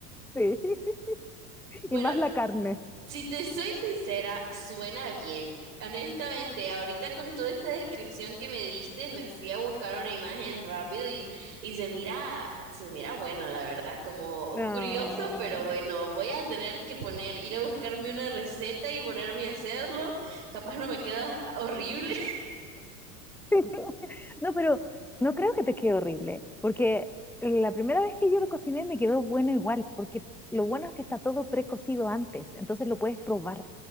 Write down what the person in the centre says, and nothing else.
Sí, <laughs>
y más la carne.
No.
<laughs> No, pero no creo que te quede horrible, porque la primera vez que yo lo cociné me quedó bueno igual, porque lo bueno es que está todo precocido antes, entonces lo puedes probar